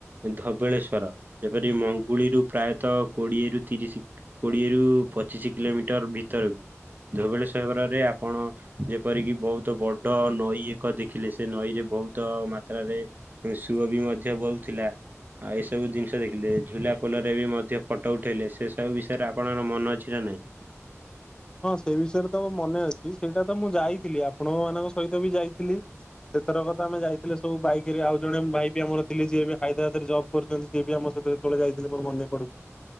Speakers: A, on the right (about 40°); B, on the left (about 15°).
A: ଧବଳେଶ୍ଵର। ଯେପରି ମଙ୍ଗୁଳିରୁୁ ପ୍ରାୟତଃ କୋଡିଏ ରୁ ତିରିଶି କୋଡିଏରୁୁ ପଚିଶି କିଲୋମିଟର ଭିତରକୁ। ଧୋବେଳେଶ୍ଵର ରେ ଆପଣ ଯେପରିକି ବହୁତ ବଡ ନଈ ଏକ ଦେଖିଲେ ସେ ନଈରେ ବହୁତ ମାତ୍ରାରେ ସୁଅ ବି ମଧ୍ୟ ବହୁଥିଲା। ଆଉ ଏସବୁ ଜିନିଷ ଦେଖିଲେ ଝୁଲା ପୋଲରେ ବି ମଧ୍ୟ ଫଟ ଉଠାଇଲେ ସେସବୁ ବିଷୟରେ ଆପଣଙ୍କର ମନେ ଅଛି ନାଁ ନାଇଁ।
B: ହଁ ସେ ବିଷୟରେ ତ ମନେ ଅଛି ସେଇଟା ତ ମୁଁ ଯାଇଥିଲି ଆପଣଙ୍କ ମାନଙ୍କ ସହିତ ବି ଯାଇଥିଲି। ସେଥରକ ତ ଆମେ ଯାଇଥିଲେ ସବୁ ବାଇକ ରେ ଆଉ ଜଣେ ଭାଇ ବି ଆମର ଥିଲେ ଯିଏ ଏବେ ହଇଦ୍ରାବାଦରେ ଜବ୍ କରୁଛନ୍ତି ସିଏବି ଆମସହିତ ସେତେବେଳେ ଯାଇଥିଲେ ମୋର ମନେ ପଡୁଛି।